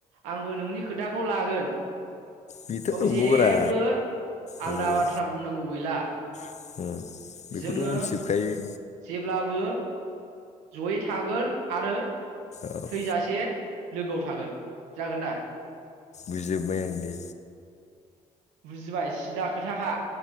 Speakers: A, on the right; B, on the left.
A: आंबो नोंनि खोथाखौ लागोन।
B: बेथ'
A: औ
B: नंगौब्रा
A: जेबो आलदा
B: नोंगौ
A: बा बाथ्रा बुंनांगौ गैला।
B: <unintelligible> बेखौथ'
A: जोङो
B: मोनथिजोबखायो।
A: जेब्लाबो जयै थागोन आरो
B: औ
A: थैजासे लोगोआव थागोन। जागोन दा?
B: बिजोब्बाय आं दे।
A: बुजिबाय सिदा खोथाखा